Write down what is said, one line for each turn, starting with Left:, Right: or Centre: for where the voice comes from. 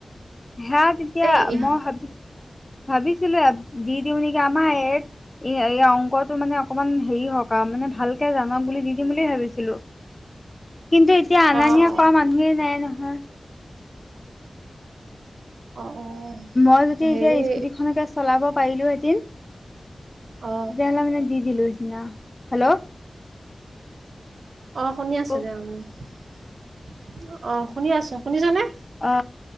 Left: হেয়া তেতিয়া
Right: এই ইহ
Left: মই ভাবি ভাবিছিলোঁ। দি দিউনিকি আমাৰ এইক। এ এই অংকটো মানে অকমান হেৰি হওঁক আৰু মানে ভালকে জানক বুলি দি দিম বুলি ভাবিছিলোঁ। কিন্তু এতিয়া অনা
Right: অ
Left: নিয়া
Right: অ
Left: কৰা মানুহেই নাই নহয়।
Right: অ অ
Left: মই যদি
Right: হেৰি
Left: এতিয়া স্কুটিখনকে চলাব পাৰিলোঁ হেতেন। তেতিয়াহ'লে
Right: অ
Left: মানে দি দিলো সিদিনা হেল্ল।
Right: অ শুনি আছোঁ
Left: অ
Right: দে <unintelligible> অ শুনি আছোঁ শুনিছানে।
Left: অ